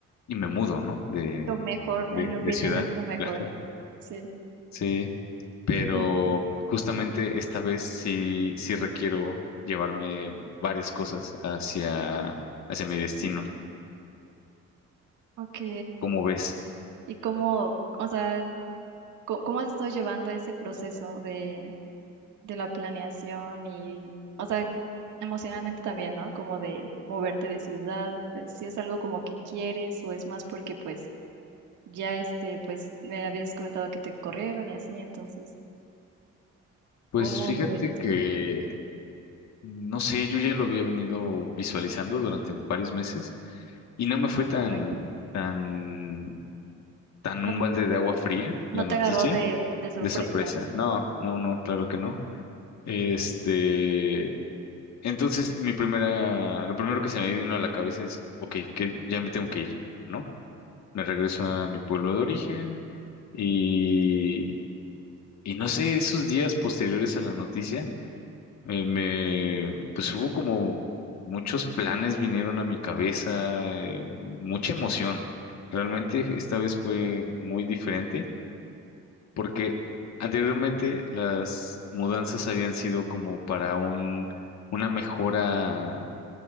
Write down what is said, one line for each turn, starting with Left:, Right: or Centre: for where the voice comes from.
Left: y me mudo, ¿no? De,
Right: lo mejor?
Left: de,
Right: En mi
Left: de
Right: opinión,
Left: ciudad.
Right: es lo mejor.
Left: <laughs>
Right: Sí.
Left: Sí, pero
Right: Sí.
Left: justamente esta vez sí, sí requiero llevarme varias cosas hacia, hacia mi destino.
Right: Ok.
Left: ¿Cómo ves?
Right: ¿Y cómo, o sea, ¿Cómo, cómo has estado llevando ese proceso de, de la planeación y, o sea, emocionalmente también, ¿no? Como de moverte de ciudad, eh, si es algo como que quieres o es más porque pues ya este, pues me habías comentado que te corrieron y así, entonces,
Left: Pues
Right: ¿cómo
Left: fíjate
Right: lo ves tú?
Left: que, no sé, yo ya lo había venido visualizando durante varios meses y no me fue
Right: Ah,
Left: tan,
Right: bueno,
Left: tan, tan
Right: no,
Left: un balde de agua fría
Right: no
Left: la
Right: te
Left: noticia
Right: agarró de, de sorpresa.
Left: de sorpresa. No, no, no, claro que no. Este, Entonces, mi primera, lo primero que se me vino a la cabeza es, ok, que ya me tengo que ir, ¿no? Me regreso a mi pueblo de origen y, y no sé, esos días posteriores a la noticia, eh, me, pues hubo como muchos planes vinieron a mi cabeza, eh, mucha emoción. Realmente esta vez fue muy diferente porque anteriormente las mudanzas habían sido como para un, una mejora